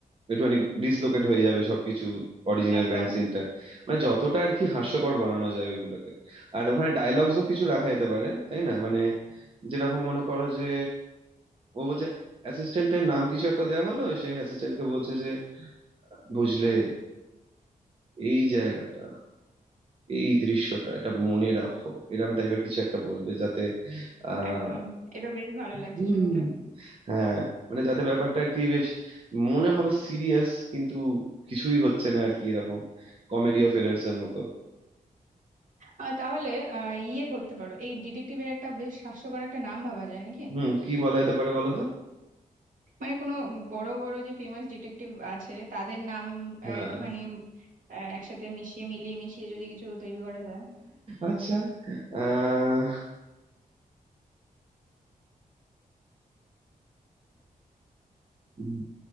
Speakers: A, on the right; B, on the right.
A: একটুখানি ডিসলোকেট হয়ে যাবে সবকিছু অরিজিনাল
B: একদম
A: ক্রাইম সিনটা মানে যতটা আর কি হাস্যকর বানানো যায় ওইগুলোকে আর ওখানে ডায়লগসও কিছু রাখা যেতে পারে তাই না মানে যেরকম মনে করো যে ও বলছে অ্যাসিস্ট্যান্টের নাম কিছু একটা দেয়া হলো সে অ্যাসিস্ট্যান্টকে বলছে যে বুঝলে এই জায়গাটা এই দৃশ্যটা এটা মনে রাখো এরম টাইপের কিছু একটা বলবে যাতে আহ
B: একদম এটা বেশ ভালো লাগছে
A: হুম,
B: শুনতে
A: হ্যাঁ মানে যাতে ব্যাপারটা আর কি বেশ মনে হবে সিরিয়াস কিন্তু কিছুই হচ্ছে না আর কি এরকম কমেডি অফ এরার্স এর মতো
B: আহ, তাহলে আহ, ইয়ে করতে পারো এই ডিটেকটিভের একটা বেশ হাস্যকর একটা নাম ভাবা যায় নাকি
A: হুম কি বলা যেতে পারে বলো তো
B: মানে কোনো বড় বড় যে ফেমাস ডিটেকটিভ আছে তাদের নাম
A: হ্যাঁ
B: আহ, একটুখানি আহ, একসাথে মিশিয়ে মিলিয়ে মিশিয়ে যদি কিছু তৈরি করা যায়
A: আচ্ছা আহ উম,